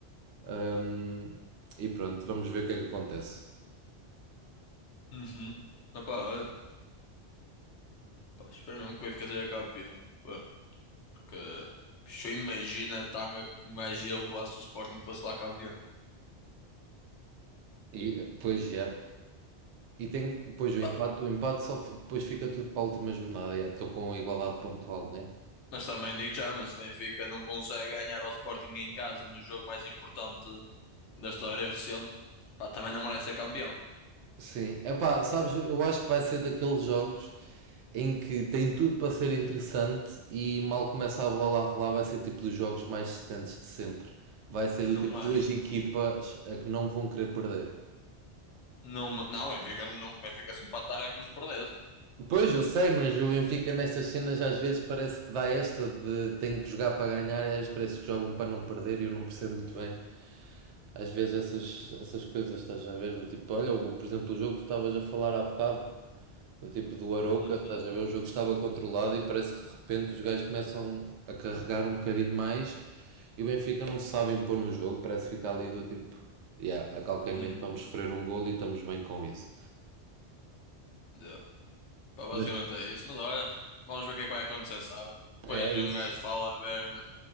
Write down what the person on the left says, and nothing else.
Uhum. Ah, pá, olha, pá, espero mesmo que o Benfica seja campeão, meu. Pá, porque se eu imagino a tanga que um gajo ia levar se o Sporting fosse lá campeão.
Pá,
Mas também digo já, mas se o Benfica não consegue ganhar ao Sporting em casa no jogo mais importante da história recente, pá, também não merece ser campeão.
Não
acho,
não.
Não, me- não, o Benfica, não, o Benfica se empatar é como se perdesse.
Uhum,
uhum,
uhum.
Yeah. Pá, basicamente
é isso, mas olha, vamos ver o que é que vai acontecer sábado. Depois
um
gajo fala a ver